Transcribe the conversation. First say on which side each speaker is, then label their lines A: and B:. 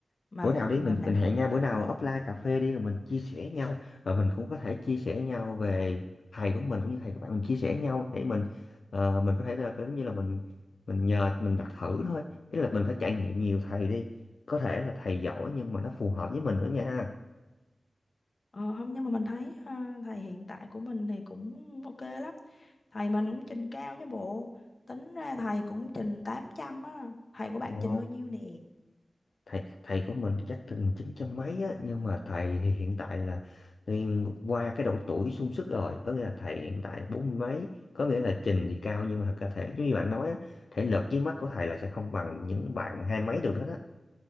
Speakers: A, on the left; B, on the left.
A: mà
B: bữa nào đi
A: mà
B: mình
A: bạn
B: mình hẹn nhau bữa nào offline cà phê đi rồi mình chia sẻ nhau và mình cũng có thể chia sẻ nhau về thầy của mình cũng như thầy của bạn mình chia sẻ nhau để mình ờ, mình có thể là giống như là mình mình nhờ mình đặt thử thôi ý là mình phải trải nghiệm nhiều thầy đi có thể là thầy giỏi nhưng mà nó phù hợp với mình nữa nha
A: Ờ, không nhưng mà mình thấy ha, thầy hiện tại của mình thì cũng ok lắm thầy mình cũng trình cao chứ bộ tính ra thầy cũng trình 800 á thầy của bạn
B: Ồ
A: trình bao nhiêu nè
B: thầy thầy của mình chắc từng chín trăm mấy á nhưng mà thầy thì hiện tại là thì qua cái độ tuổi sung sức rồi có nghĩa là thầy hiện tại bốn mươi mấy có nghĩa là trình thì cao nhưng mà thật ra thể giống như bạn nói á thể lực dưới mắt của thầy là sẽ không bằng những bạn hai mấy được đó đó